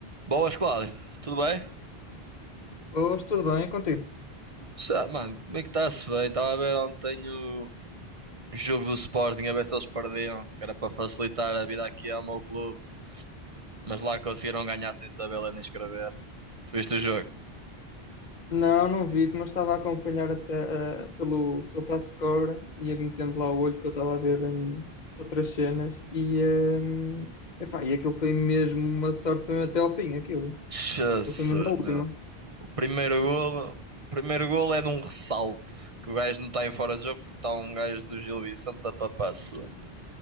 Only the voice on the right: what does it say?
Boas, Cláudio. Tudo bem?
Sa- Mano, como é que está-se bem? Estava a ver ontem o jogo do Sporting, a ver se eles perdiam, que era para facilitar a vida aqui ao meu clube. Mas lá conseguiram ganhar sem saber ler nem escrever. Tu viste o jogo?
Jesus,
meu. O primeiro golo, o primeiro golo é de um ressalto, que o gajo não está em fora de jogo porque está um gajo do Gil Vicente a papar suando.